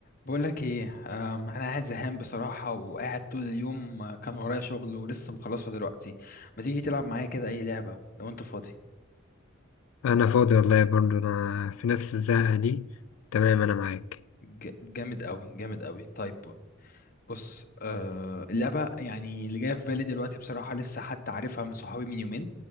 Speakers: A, on the left; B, on the left.
A: بقولك ايه أم، انا قاعد زهقان بصراحة وقاعد طول اليوم آه، كان ورايا شغل ولسه مخلصه دلوقتي ما تيجي تلعب معايا كده اي لعبة لو انت فاضي
B: انا فاضي والله برضو انا في نفس الزهقة دي تمام انا معاك
A: ج- جامد قوي جامد قوي طيب بص آه، اللعبة يعني اللي جاية في بالي دلوقتي بصراحة لسه حتى عارفها من صحابي من يومين